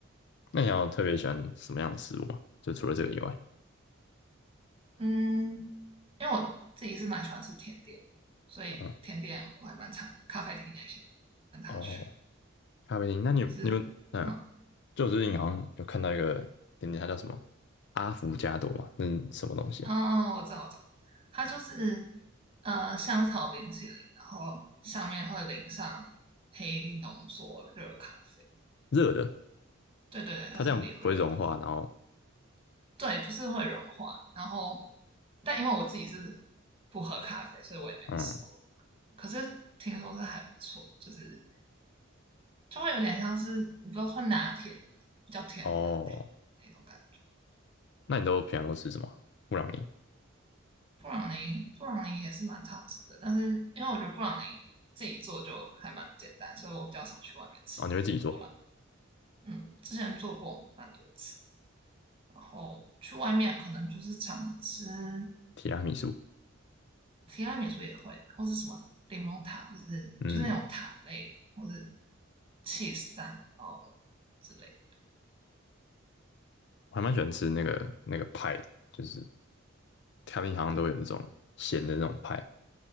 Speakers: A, on the left (about 60°); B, on the right (about 30°).
A: 那你要特别喜欢什么样的食物吗？就除了这个以外，
B: 嗯，因为我自己是蛮喜欢吃甜点，所以甜点我还蛮常咖啡厅那些的蛮常去。
A: 嗯，哦，咖啡厅，那你有你们嗯，
B: 你是嗯，
A: 就我最近好像有看到一个点点，它叫什么阿芙加朵嘛，那是什么东西啊？
B: 嗯嗯，我知道我知道，它就是呃香草冰淇淋，然后上面会淋上黑浓缩热咖啡。
A: 热的，
B: 对对对，它是淋热的，
A: 它这样不会融化，然后
B: 对，就是会融化。然后，但因为我自己是不喝咖啡，所以我也没有吃过。
A: 嗯，
B: 可是听说是还不错，就是就会有点像是我不知道算拿铁嘛，比较甜的拿铁那种感觉。
A: 哦。那你都平常都吃什么？布朗尼
B: 布朗尼布朗尼也是蛮常吃的，但是因为我觉得布朗尼自己做就还蛮简单，所以我比较少去外面吃布朗。
A: 哦，你会自己做
B: 嗯，之前做过蛮多次，然后去外面可能就是常吃
A: 提拉米苏？
B: 提拉米苏也会，或是什么柠檬塔，或者是就是那种塔类的，
A: 嗯，
B: 或者 cheese 蛋糕之类
A: 我还蛮喜欢吃那个那个派的，就是咖喱好像都有那种咸的那种派，